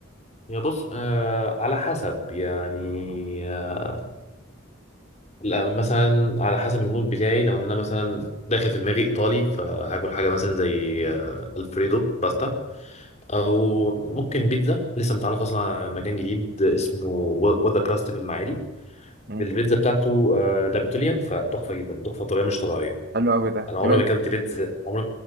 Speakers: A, on the left (about 30°); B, on the right (about 50°).
A: يا بص آه على حسب يعني آه لا، مثلا على حسب المود بتاعي لو ان انا مثلا داخل في دماغي ايطالي فهاكل حاجه مثلا زي آه الفريدو باستا او ممكن بيتزا لسه متعرف اصلا على مكان جديد اسمه وذا كراست في المعادي
B: مم.
A: البيتزا بتاعته آه نابوليان فتحفه جدا تحفه بطريقه مش طبيعيه
B: حلو قوي ده
A: انا عمري
B: يبقى
A: ما اكلت بيتزا عمري